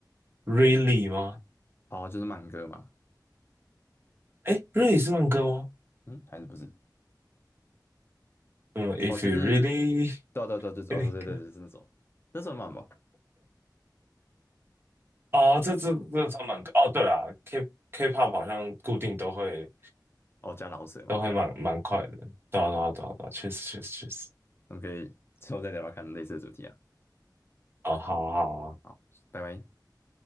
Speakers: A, on the right; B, on the left.
A: ？Really 吗？
B: 哦，就是慢歌嘛？
A: 哎，Really 是慢歌吗？
B: 嗯，还是不是？
A: 嗯，If
B: 哦，就是，
A: you really
B: 对啊对啊对啊就是哦对对对，
A: <laughs>
B: 就是那首，那算慢吧？
A: 哦，这这这算蛮哦，对啦，K K-pop 好像固定都会
B: 哦，加老舍嘛，
A: 都会蛮蛮快的，
B: 对啊。
A: 对啊对啊对啊对啊，确实确实确实，
B: 我们可以之后再聊聊看类似的主题啊。
A: 哦，好好好啊
B: 好，拜拜。